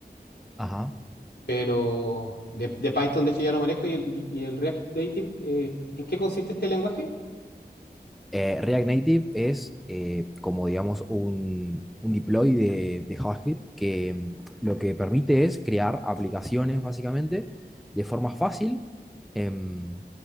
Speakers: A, in the centre; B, on the left.
A: Ajá.
B: pero de, de Python, de hecho, ya no manejo. ¿Y el, y el React Native, eh, en qué consiste este lenguaje?
A: Eh, React Native es eh, como, digamos, un, un deploy de, de JavaScript que mm, lo que permite es crear aplicaciones, básicamente, de forma fácil em,